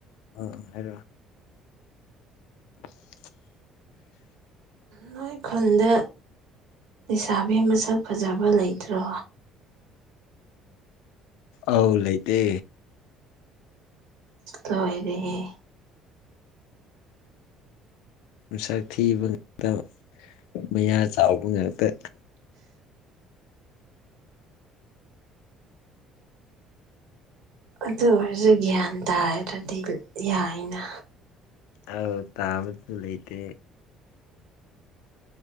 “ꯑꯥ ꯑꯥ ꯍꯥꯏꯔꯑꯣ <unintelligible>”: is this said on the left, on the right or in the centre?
Left